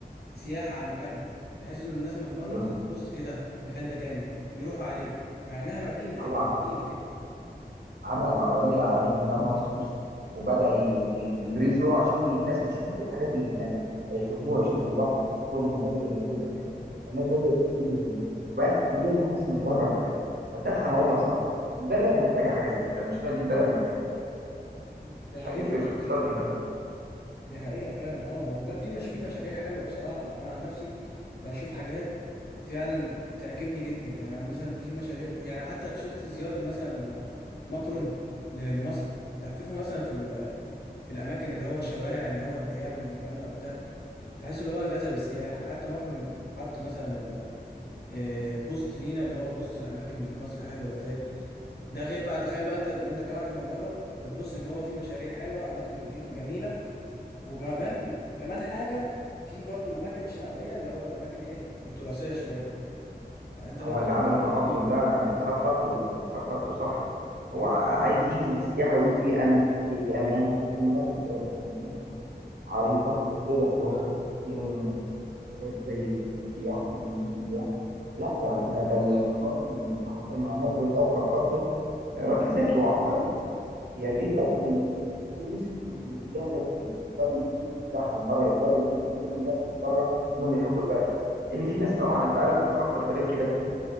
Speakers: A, on the left; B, on the right.
A: سياحة على المكان ده بحيث ان الناس من بره
B: ايوه
A: تيجي تبص ايه ده المكان ده جامد بيروحوا عليه مع انها مدينة
B: هو
A: حتة مدينة كده
B: عمل مهرجان العالمين ده مخصوص وبدأ ي- يبرزه عشان الناس تشوف الحاجات اللي اتبنت فيحبوها يشوفوا البحر يشوفوا المناظر اللي موجودة هناك الناس بدأت تتجه ليه وبقت يجي لها ناس من بره كمان فتدخل عملة صعبة البلد محتاجة حاجة زي كده المشاريع دي البلد محتاجة
A: مم. ده حقيقي
B: هتفرق في اقتصاد البلد
A: دي حقيقة فعلا اه ما هو- لا في مش في مشاريع حلوة بصراحة انا عن نفسي بشوف حاجات فعلا بتعجبني جدا يعني مثلا في مشاريع يعني حتى شفت زيارة مثلا آه، ماكرون ل- لمصر لففه مثلا في ال- في الاماكن اللي هو الشوارع اللي هو الضيقة بالنسبة لنا وبتاع تحس اللي هو جذب السياح حتى ماكرون حط مثلا ال- آه، بوست لينا اللي هو بص الاماكن اللي في مصر حلوة ازاي ده غير بقى تخيل بقى انت اللي انت كواحد من بره بتبص ان هو في مشاريع حلوة اماكن نظيفة جميلة وكمان كمان حاجة في برضو الأماكن الشعبية اللي هو الأماكن إيه التراثية شوية فأنت
B: هو
A: برضو
B: اللي
A: عملت
B: عمله مع
A: تطوير
B: ماكرون ده متخطط له متخطط له صح
A: امم
B: هو ع-
A: بصراحة
B: عايز يجذب السياحة ويقول في أمن في أمان في مناطق ترا- فيها تراث عريقة تقدر تروحها في حاجات زي السياحة تجذب السياح لا ده ده, ده الاختيار اللي حصل مع ماكرون ده وخطط له راجل ذكي وعبقري يا ريت بس يمشوا في الاتجاه ده كتير يقدروا يجذبوا السياح من بره يقدروا يجذبوا الناس من بره انهم يحبوا البلد ان في ناس طبعا انت عارف بتخطط لغير كده كتير